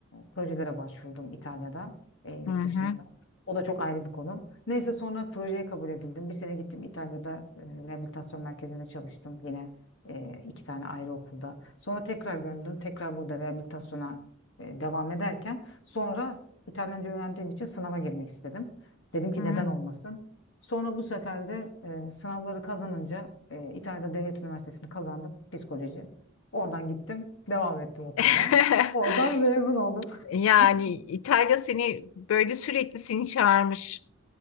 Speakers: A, on the left; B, on the left.
A: projelere başvurdum İtalya'da, e, yurt
B: Hı hı.
A: dışında. O da çok ayrı bir konu. Neyse sonra projeye kabul edildim. Bir sene gittim İtalya'da e, rehabilitasyon merkezinde çalıştım. Yine e, iki tane ayrı okulda. Sonra tekrar döndüm. Tekrar burada rehabilitasyona e, devam ederken sonra İtalyanca öğrendiğim için sınava girmek istedim. Dedim ki
B: Hı hı.
A: neden olmasın? Sonra bu sefer de e, sınavları kazanınca e, İtalya'da Devlet Üniversitesi'ni kazandım psikoloji. Oradan gittim, devam ettim okumaya.
B: <laughs>
A: Oradan mezun oldum.
B: Yani
A: <laughs>
B: İtalya seni böyle sürekli seni çağırmış.